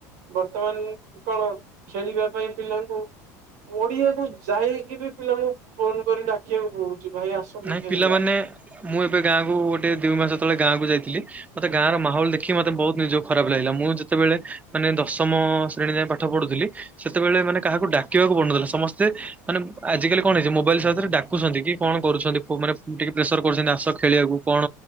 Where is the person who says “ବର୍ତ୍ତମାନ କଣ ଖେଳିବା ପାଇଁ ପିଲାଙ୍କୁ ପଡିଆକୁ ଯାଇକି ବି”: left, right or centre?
Right